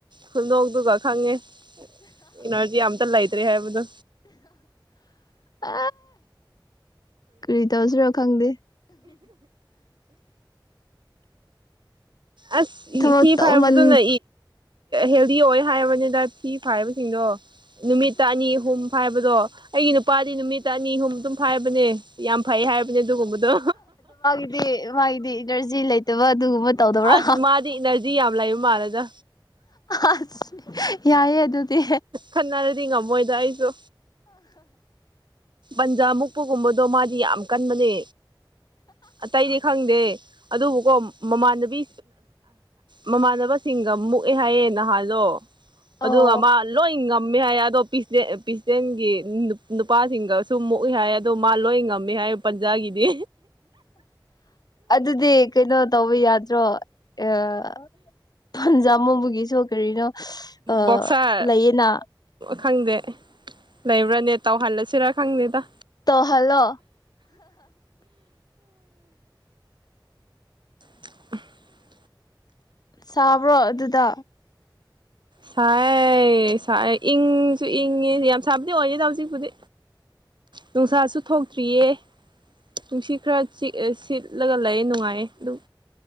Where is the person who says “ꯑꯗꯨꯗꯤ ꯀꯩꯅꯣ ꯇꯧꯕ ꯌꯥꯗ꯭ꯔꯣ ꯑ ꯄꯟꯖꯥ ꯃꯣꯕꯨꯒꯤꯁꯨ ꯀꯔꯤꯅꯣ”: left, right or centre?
Left